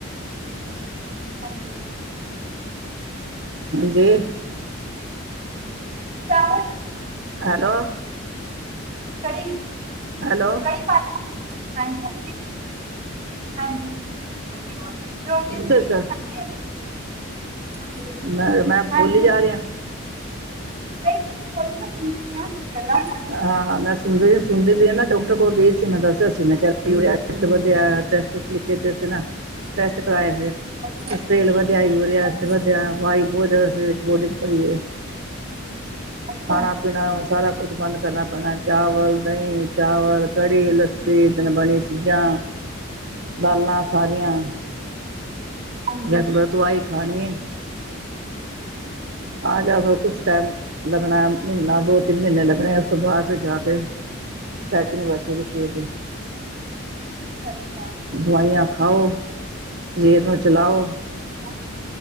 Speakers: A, on the right; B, on the right.
A: ਹਾਂਜੀ।
B: ਹਾਂਜੀੇ।
A: ਚਾਵਲ
B: ਹੈਲੋ।
A: ਕੜੀ।
B: ਹੈਲੋ
A: ਕੜੀ ਪਾਦਾ ਕੋਲੀ 'ਚ ਹਾਂਜੀ-ਹਾਂਜੀ। ਹਾਂਜੀ, ਰੋਟੀ
B: ਕਿੱਧਰ
A: ਬਣਾਈ ਨ
B: ਚ
A: ਹਾਂਜੀ-ਹਾਂਜੀ ਬੋਲੋ? <unintelligible>
B: ਮੈਂ ਮੈਂ
A: ਹਾਂਜੀ।
B: ਬੋਲੀ ਜਾ
A: <unintelligible>
B: ਰਿਹਾ
A: ਕੋਈ ਨਿ ਮੈਂ ਸੁਟਦੀ ਪਈ ਆਂ ਤੇਰੀ ਗੱਲਾਂ
B: ਹਾਂ ਮੈਂ ਸੁਣ ਰ‌ਈ ਸੁਣਦੀ ਪ‌ਈ ਐ ਨਾ। ਡੋਕਟਰ ਕੋਲ ਗਈ ਸੀ ਮੈਂ ਦੱਸਿਆ ਸੀ, ਮੈ ਕਿਆ ਕੀ ਹੋਇਆ ਕੈਸਟੋ ਵਧਿਆ ਟੈਸਟ-ਟੂਸਟ ਕਿਤੇ ਤੇ ਨਾ ਟੈਸਟ ਕਰਾਏ ਹੋਏ।
A: ਅੱਛਾ
B: ਕਸਟਰੇਲ ਵਧਦਾ, ਯੂਰੀਆ ਐਸਿਡ
A: ਅੱਛਾ
B: ਵਧਯਾ ਵਾਈ ਬੋਤ ਜ਼ਿਆਦਾ ਬੋਡੀ ਚ ਪਰੀ ਦੀ ਏ।
A: ਅੱਛਾ
B: ਖਾਣਾ-ਪੀਣਾ ਹੁਣ ਸਾਰਾ ਕੁਛ ਬੰਦ ਕਰਨਾ ਪੈਣਾ ਚਾਵਲ, ਦਈ- ਚਾਵਲ, ਕੜੀ, ਲੱਸੀ ਦਿਨ ਬਣੀ ਚੀਜ਼ਾਂ, ਦਾਲਾਂ ਸਾਰੀਆਂ ਹੁਨ
A: ਹਾਂਜੀ
B: ਰੈਗੂਲਰ ਦਵਾਈ ਖਾਣੀ ਹੈ। ਆਜਾ, ਫਿਰ ਕੁਝ ਟਾਈਮ ਲੱਗਣਾ ਮਹੀਨਾ ਦੋ, ਤਿੰਨ ਮਹੀਨੇ ਲੱਗਣੇ। ਤੋਂ ਬਾਰ ਫਿਰ ਜਾ ਕੇ, ਸੈਟਿੰਗ ਬੈਠੇ ਕਿਸੇ ਦੇ।
A: ਸੱਚਾ।
B: ਦਵਾਈਆਂ ਖਾਉ ਸ਼ਰੀਰ ਨੂੰ ਚਲਾਓ।
A: <inaudible> <inaudible>